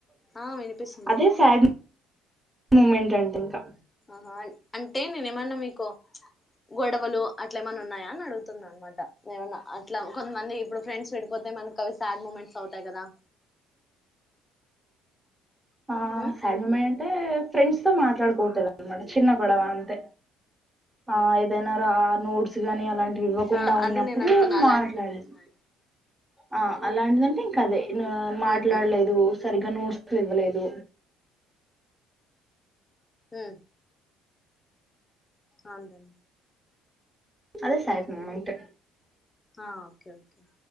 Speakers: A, on the left; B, on the right.
A: ఆ వినిపిస్తుంది
B: అదే సాడ్ మూమెంట్ అంటే ఇంకా
A: ఆహా అంటే నేన్ ఏమన్న మీకు గొడవలు అ అట్లెం ఏమన్న ఉన్నయా అని అడుగుతున్నా అన్మాట. ఏమన్నా అట్ల కొంతమంది ఇప్పుడు ఫ్రెండ్స్ విడిపోతే మనకు అవి సాడ్ మూమెంట్స్ అవుతాయి కదా
B: ఆ
A: ఉ
B: సాడ్ మూమెంట్ అంటే ఫ్రెండ్స్తో మాట్లాడుకోవట్లేద్ అన్మాట. చిన్న కొడవ అంత ఆ ఇద్ ఏదైనా రా నోట్స్ గాని అలాంటివి ఇవ్వకుండా
A: ఆ
B: ఉన్నప్పుడు
A: అదే నేను అడుగుతున్నా అలాంటివి
B: మాట్లాడలేదు
A: ఏమైనా ఉన్నాయా
B: ఆ అలాంటిదంటే ఇంకా అదే నువ్ మాట్లాడలేదు
A: ఉహు
B: సరిగ్గా నోట్స్ ఇవ్వలేదు
A: ఉమ్ ఆ అండి
B: అదే సేడ్ మూమెంట్
A: ఆ ఓకే ఓకే